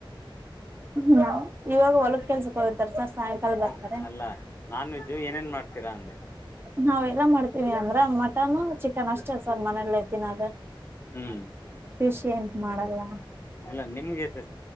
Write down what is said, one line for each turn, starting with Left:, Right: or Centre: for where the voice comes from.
Right: ಹ್ಮ ಇವಾಗ ಹೊಲಕ್ ಕೆಲ್ಸಕ್ ಹೋಗಿರ್ತಾರ ಸರ್ ಸಾಯಂಕಾಲ ಬರ್ತಾರೆ
Left: ಅ ಅಲ್ಲ ನಾನ್ ವೆಜ್ಜು ಏನೇನ್ ಮಾಡ್ತೀರಾ ಅಂದೆ
Right: ನಾವೆಲ್ಲ ಮಾಡ್ತೀವಿ ಅಂದ್ರೆ ಮಟನು ಚಿಕನ್ ಅಷ್ಟೇ ಸರ್ ಮನೇಲಿ ತಿನದು
Left: ಹ್ಮ್
Right: <unintelligible> ಎಂತ ಮಾಡಲ್ಲ
Left: ಅಲ್ಲ ನಿಮ್ಗೆ ಸ